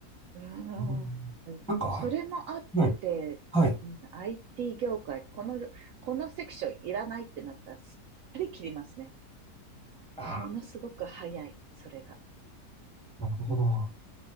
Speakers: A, on the right (about 70°); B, in the centre.
A: うー
B: うんなんか、
A: ん。それもあって、
B: はい。はい。
A: うん IT 業界、この、このセクションいらないってなったら、すっぱり切りますね。
B: あ、
A: ものすごく早い、それが。
B: なるほど。